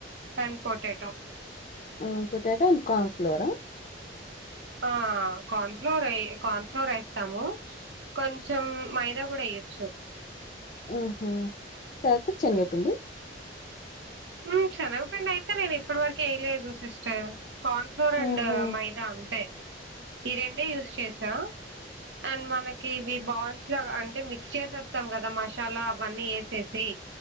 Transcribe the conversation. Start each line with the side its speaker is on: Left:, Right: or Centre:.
Right: వన్ పోటాటో
Left: ఆ పొటాటో అండ్ కార్న్ ఫ్లోర్ ఆ
Right: ఆ కార్న్ ఫ్లోర్ ఏ కార్న్ఫ్లోర్ వేస్తాము కొంచెం మైదా కూడా వేయ్యొచ్చు
Left: ఆహ తర్వాత శనగ పిండి
Right: ఊ శనగ పిండి అయితే ఇప్పుడు వరకు ఏయలేదు సిస్టర్ కార్న్ ఫ్లోర్ అండ్
Left: ఆహా!
Right: మైదా అంతే ఈ రెండే యూస్ చేసా అండ్ మనకి ఇవి బాల్స్ లాగా అంటే మిక్ మిక్స్ చేసేస్తాం కదా మసాలా అవన్నీ వేసేసి